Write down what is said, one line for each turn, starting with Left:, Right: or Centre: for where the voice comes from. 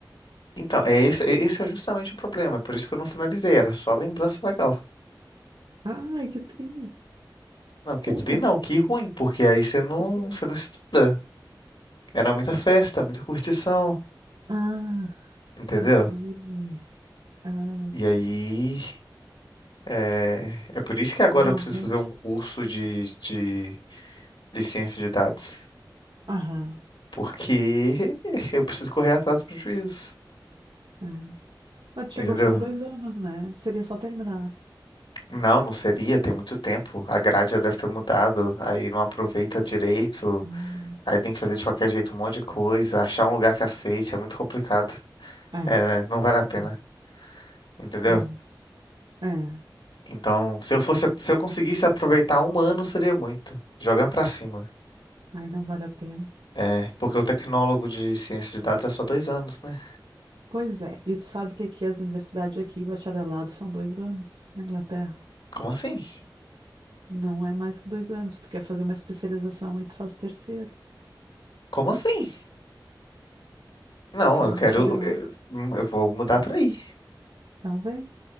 Left: Então, é esse, é- esse é justamente o problema. Por isso que eu não finalizei, era só lembrança legal.
Right: Ai, que tri.
Left: Não, que
Right: Conta.
Left: tri não, que ruim, porque aí você não,
Right: Por quê?
Left: você não estuda. Era muita festa, muita curtição,
Right: Ah,
Left: entendeu?
Right: entendi. Ah,
Left: E aí, é, é por isso que agora
Right: não
Left: eu preciso
Right: rende?
Left: fazer um curso de, de, de ciência de dados.
Right: Aham.
Left: Porque <laughs> eu preciso correr atrás do prejuízo,
Right: É. Mas tu chegou
Left: entendeu?
Right: a fazer dois anos, né? Seria só terminar.
Left: Não, não seria, tem muito tempo. A grade já deve ter mudado, aí não aproveita direito,
Right: Hum,
Left: aí tem que fazer de qualquer jeito um monte de coisa, achar um lugar que aceite, é muito complicado.
Right: é,
Left: É, né? não vale a pena,
Right: tem,
Left: entendeu?
Right: tem isso. É,
Left: Então, se eu fosse, se eu conseguisse aproveitar um ano, seria muito. Jogando pra cima.
Right: aí não vale a pena.
Left: É, porque o tecnólogo de ciência de dados é só dois anos, né?
Right: Pois é, e tu sabe que aqui as universidades aqui, bacharelado, são dois anos na Inglaterra.
Left: Como assim?
Right: Não é mais que dois anos. Se tu quer fazer uma especialização, aí tu faz o terceiro,
Left: Como assim? Não,
Right: tu faz
Left: eu
Right: bacharelado.
Left: quero. Eu, eu vou mudar pra aí.
Right: Então vem.